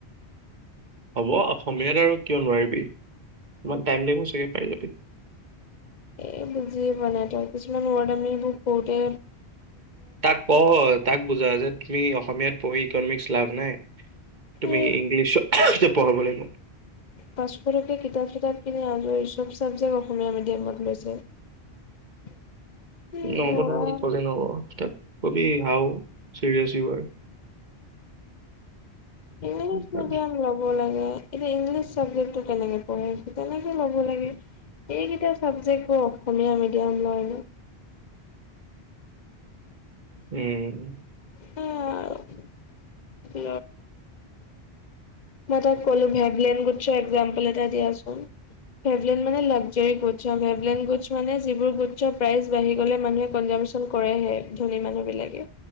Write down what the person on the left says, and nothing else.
এই বুজি এই পোৱা নাই, কিছুমান ওৱৰ্ড আমি এইবোৰ কহুতে
এই
পাঁচফোৰকে কিতাপ চিতাপ কিনি আজৰিছো। চব ছাবজেক্ট অসমীয়া মিডিয়ামত লৈছে। এই
ল'ৰা
ইংলিছ
মিডিয়াম ল'ব লাগে এতিয়া ইংলিছ চাবজেক্ কেনেকে পঢ় আছো তেনেকে ল'ব লাগে এইকেইটা চাবজেক্ট অসমীয়া মিডিয়াম ল'য়নে?
<unintelligible> মই তাক কলো ভেবেলেন গুচছ এক্সাম্পল এটা দিয়াচোন? ভেৱলেন মানে luxury goods of, Veblen goods মানে যিবোৰ গুছৰ প্ৰাইচ বাঢ়ি গ'লে মানুহে <unintelligible> ধনী মানুহ বিলাকে